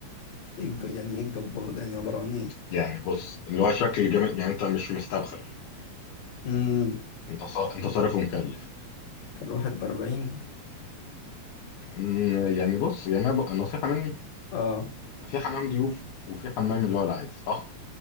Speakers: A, on the left; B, on the left.
A: ايه الج... يعني ايه الجبار ده يعني عباره عن ايه
B: يعني بص اللي هو شكل جامد يعني انت مش مستبخل
A: امم
B: انت صا... انت صارف ومكلف
A: الواحد بأربعين
B: مم، يعني بص يعني انا ب... النصيحة مني
A: اه
B: في حمام ضيوف وفي حمام اللي هو العادي صح